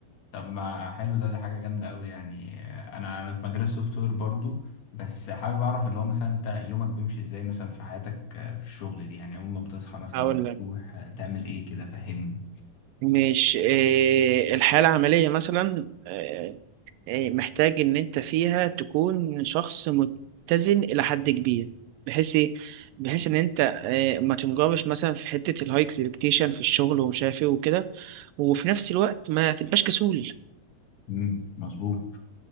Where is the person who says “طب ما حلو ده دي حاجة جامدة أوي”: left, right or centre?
Left